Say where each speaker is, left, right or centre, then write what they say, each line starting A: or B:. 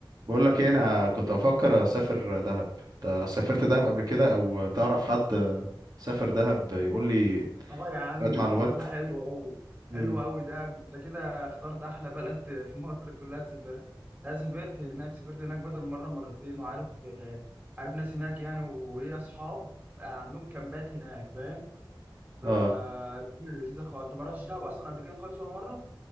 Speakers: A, on the right; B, on the right.
A: بقول لك ايه انا كنت بفكر اسافر دهب انت سافرت دهب قبل كده او تعرف حد سافر دهب يقول لي
B: اه يا عم
A: شويه معلومات
B: الحوار ده حلو قوي حلو
A: امم
B: قوي ده انت كده اخترت احلى بلد <laughs> في مصر كلها تسافرها لا سافرت هناك سافرت هناك بدل مره مرتين وعارف آه، عارف ناس هناك يعني وليا اصحاب آه، عندهم كامبات هناك فاهم ف
A: اه
B: لذيذه خالص انت ما رحتش دهب اصلا قبل كده خالص ولا مره